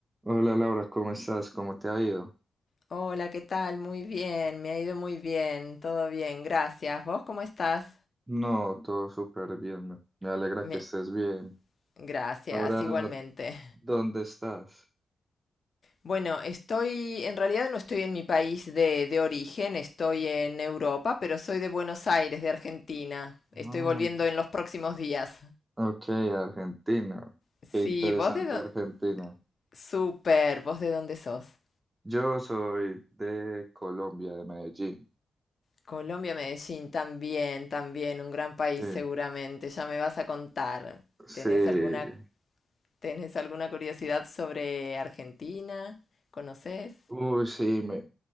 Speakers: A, on the right; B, on the left.
A: Hola Laura, ¿cómo estás? ¿Cómo te ha ido?
B: Hola, ¿qué tal? Muy bien, me ha ido muy bien, todo bien, gracias. ¿Vos cómo estás?
A: No, todo súper bien. Me, me alegra
B: Me-
A: que estés bien.
B: Gracias,
A: Ahora,
B: igualmente.
A: ¿dónde estás?
B: Bueno, estoy, en realidad no estoy en mi país de, de origen, estoy en Europa, pero soy de Buenos Aires, de Argentina. Estoy
A: Ah,
B: volviendo en los próximos días.
A: ok, Argentina.
B: Sí,
A: Qué interesante
B: vos de dónde...
A: Argentina.
B: Súper, ¿vos de dónde sos?
A: Yo soy de Colombia, de Medellín.
B: Colombia, Medellín, también, también, un gran país
A: Sí,
B: seguramente. Ya me vas a contar.
A: sí.
B: ¿Tenés alguna ¿Tenés alguna curiosidad sobre Argentina? ¿Conoces?
A: Uy, sí, me,